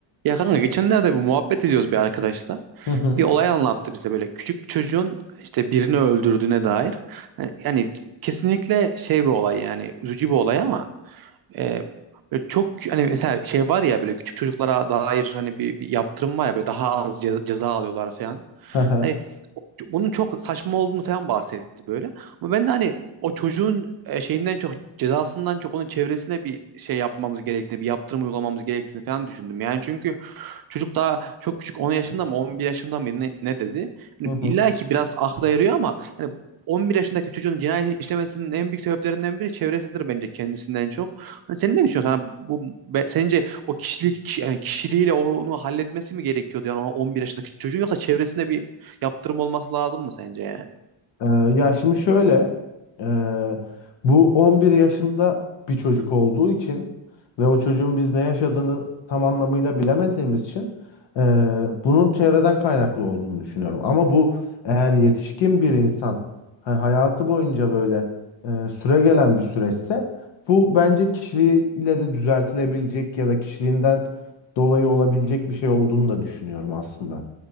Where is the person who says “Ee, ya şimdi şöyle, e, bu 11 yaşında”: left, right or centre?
Left